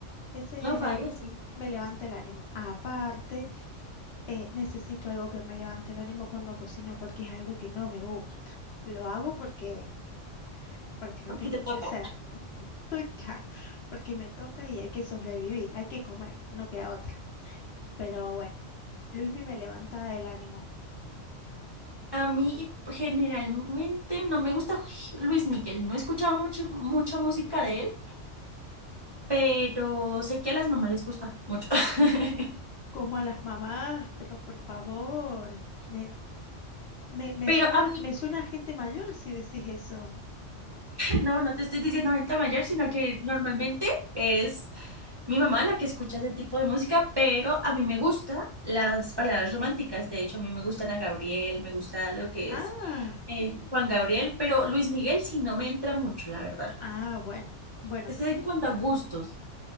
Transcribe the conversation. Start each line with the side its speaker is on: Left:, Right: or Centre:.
Left: Ese
Right: No falla,
Left: me, le-
Right: sí.
Left: me levanta el ánimo. Aparte, eh, necesito algo que me levante el ánimo cuando cocino porque es algo que no me gusta. Lo hago porque, porque lo
Right: ¿Por
Left: tengo
Right: qué te toca?
Left: que hacer. <laughs> Claro, porque me toca y hay que sobrevivir, hay que comer, no queda otra. Pero bueno, Luismi me levanta el ánimo.
Right: A mí generalmente no me gusta Luis Miguel. No he escuchado mucho, mucha música de él, pero sé que a las mamás les gusta mucho. <laughs>
Left: Como a las mamás, pero por favor, me, me, me
Right: Pero
Left: suena,
Right: a mí
Left: me suena a gente mayor si decís eso.
Right: No, no te estoy diciendo gente mayor, sino que normalmente es mi mamá la que escucha ese tipo de música, pero a mí me gustan las baladas románticas. De hecho, a mí me gustan a Gabriel, me gusta lo que
Left: Ah,
Right: es eh, Juan Gabriel, pero Luis Miguel sí no me entra mucho, la verdad.
Left: ah, bueno, bueno.
Right: Es en cuanto a gustos,